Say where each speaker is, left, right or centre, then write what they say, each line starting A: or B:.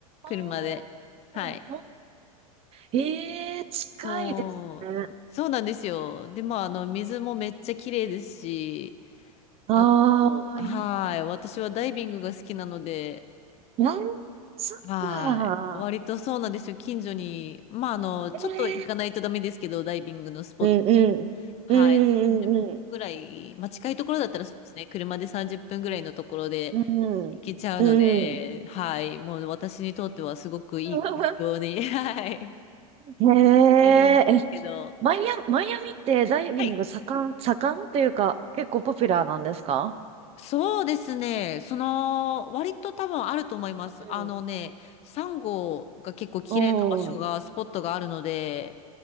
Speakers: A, on the left (about 35°); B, on the right (about 30°).
A: 車で。
B: ああ、
A: はい。
B: あー、ええ近いですね。
A: そう、そうなんですよ。で、まあ、あの、水もめっちゃ綺麗ですし、
B: ああいい。
A: あと、はい。私はダイビングが好きなので、
B: なんつうか。
A: はい。割とそうなんですよ。近所に、まあ、あの、ちょっと行かないとダメですけど、
B: ええ
A: ダイビングのスポット。
B: うんうん。
A: はい。
B: うんうん
A: 30分ぐらい、まあ、近いところだったらそうですね。車で30分ぐらいのところで
B: うんうんうん。
A: 行けちゃうので、
B: うん。
A: はい。もう私にとってはすごくいい環境に、
B: <laughs>
A: <laughs> はい。
B: へえ、
A: いるんですけど。
B: え、マイアミ、マイアミってダイビング盛ん、
A: はい。
B: 盛んというか、結構ポピュラーなんですか
A: そうですね。その、割と多分あると思います。
B: う
A: あのね、サンゴが結構綺麗な場所が、
B: ん。うん。
A: スポットがあるので、